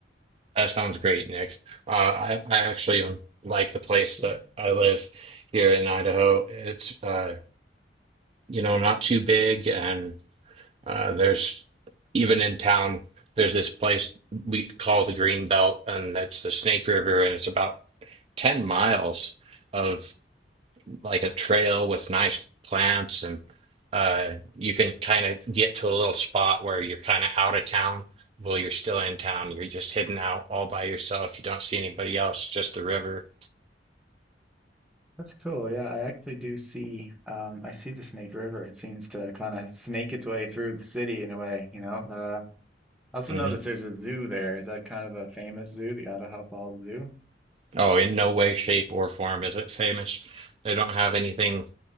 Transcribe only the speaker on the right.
That sounds great, Nick. Uh, I, I actually um, like the place
that I live here in Idaho. It's, uh, you know, not too big, and uh, there's even in town, there's this place we call the Green Belt, and it's the Snake River, and it's about 10 miles of like a trail with nice plants and uh you can kind of get to a little spot where you're kind of out of town well you're still in town you're just hidden out all by yourself you don't see anybody else just the river
hmm
oh in no way shape or form is it famous they don't have anything